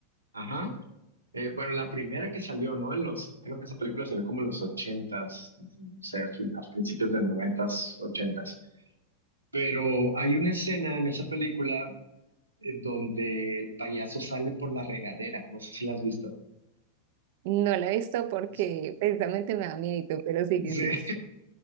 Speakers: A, on the right; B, on the right.
A: Ajá. Eh, bueno, la primera que salió, ¿no? En los, creo que esa película salió como en los ochentas, o sea, a fin- a principios de noventas, ochentas. Pero hay una escena en esa película eh, donde el payaso sale por la regadera. No sé si la has visto.
B: No la he visto porque
A: Es-
B: precisamente
A: no.
B: me da miedo, pero sí que
A: Sí.
B: sí